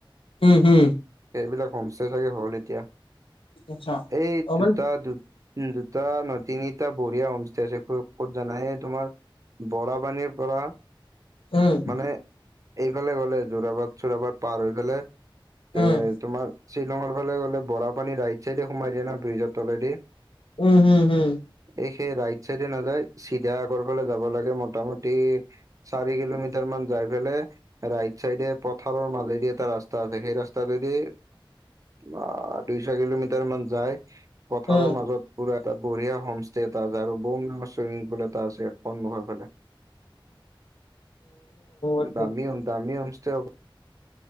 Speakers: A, on the left (about 85°); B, on the right (about 40°).
A: উম, হুম।
B: এইবিলাক হোমচে চাগে হ'ল এতিয়া।
A: আচ্ছা।
B: এই
A: অকমান
B: দুটা দু দুটা নহয়, তিনিটা বঢ়িয়া হোম ষ্টে আছে, ক'ত জানা এই তোমাৰ বৰা পানীৰ পৰা
A: উম
B: মানে এইফালে গলে যোৰাবাট চোৰাবাট পাৰ হৈ গৈলে
A: উম
B: এ তোমাৰ শ্বিলঙৰ ফালে গ'লে বৰা পানী ৰাইট চাইডে সোমাই যায় ন ব্ৰিজৰ তলেদি
A: উম, হুম, হুম
B: এই সেই ৰাইট চাইডে নাযায়, চিধা আগৰ ফালে যাব লাগে, মোটামুটি চাৰি কিলোমিটাৰ মান যাই পেলাই ৰাইট চাইডে পথাৰৰ মাজেদি এটা ৰাস্তা আছে, সেই ৰাস্তাটো দি অ, দুই চাৰি কিলোমিটাৰ মান যাই, পথাৰৰ
A: উম
B: মাজত পুৰা এটা বঢ়িয়া হোমষ্টে এটা আছে আৰু বম ডাঙৰ ছুইমিং পুল এটা আছে সন্মুখৰ ফালে
A: <inaudible> আচ্ছা
B: দামী দামী হমষ্টে